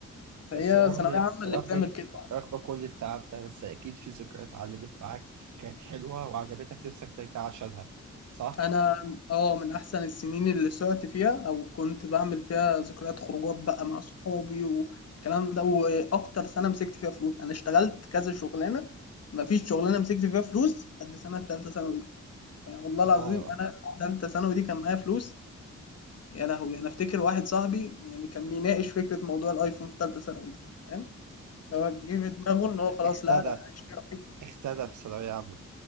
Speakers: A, on the left; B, on the right.
A: فهي
B: بس رغم
A: ثانويه عامه
B: رغم
A: اللي بتعمل كده
B: رغم كل التعب ده بس أكيد في ذكريات علمت معاك كانت حلوة وعجبتك نفسك ترجع عشانها صح؟
A: انا اه من احسن السنين اللي سعت فيها او كنت بعمل فيها ذكريات خروجات بقى مع صحابي والكلام ده واكتر سنه مسكت فيها فلوس انا اشتغلت كذا شغلانه ما فيش شغلانه مسكت فيها فلوس قد سنه ثالثه ثانوي دي يعني والله
B: آه
A: العظيم انا ثالثه ثانوي دي كان معايا فلوس يا لهوي انا افتكر واحد صاحبي يعني كان بيناقش فكره موضوع الايفون في ثالثه ثانوي دي فاهم هو جه في دماغه ان هو خلاص
B: اختدى
A: لا ده انا هشتري آيفون.
B: اختدى في ثانوية عامة